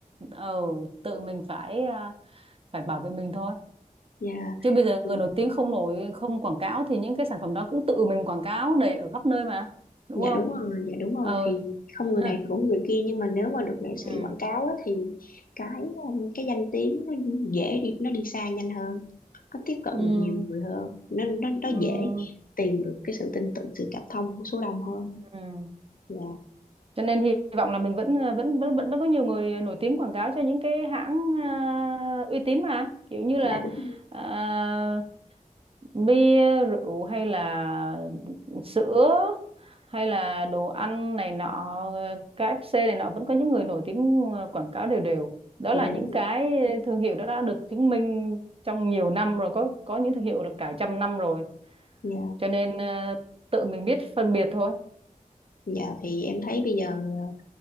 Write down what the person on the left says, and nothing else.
dạ
Ừ,
dạ
đúng rồi dạ đúng rồi
thì không
người này thì cũng người kia nhưng mà nếu mà được nghệ
sĩ quảng cáo á, thì cái um, cái danh tiếng nó dễ đi nó đi xa nhanh hơn nó tiếp cận
được nhiều người hơn nó nó nó
dễ tìm được cái sự tin tưởng sự cảm thông của số đông hơn
dạ
dạ đúng
dạ
đúng
dạ
Dạ thì em thấy bây giờ ờ,